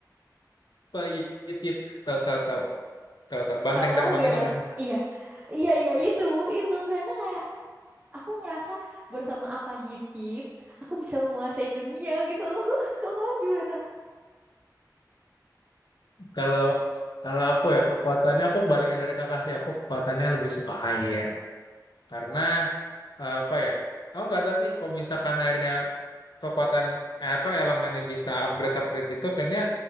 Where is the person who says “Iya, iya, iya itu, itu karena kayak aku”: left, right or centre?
Right